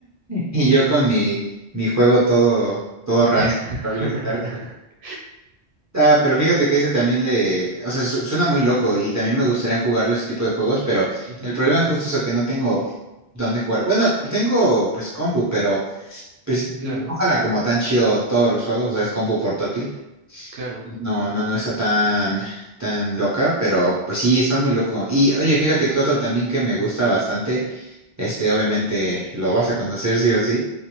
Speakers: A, on the right (about 25°); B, on the right (about 70°).
A: Y yo con mi, mi juego todo, todo rancio,
B: <laughs>
A: Brawl Stars. Ah, pero fíjate que ese también le, o sea, su- suena muy loco y también me gustaría jugarlo ese tipo de juegos, pero
B: Ujú,
A: el problema es justo eso, que no tengo dónde jugarlo. Bueno, tengo pues compu, pero pues
B: Claro,
A: no jala como tan chido todos los juegos, o sea, es compu portátil.
B: claro.
A: No, no, no está tan, tan loca, pero pues sí, está muy loco. Y oye, fíjate que otro también que me gusta bastante, este,
B: ujú,
A: obviamente lo vas a conocer sí o sí,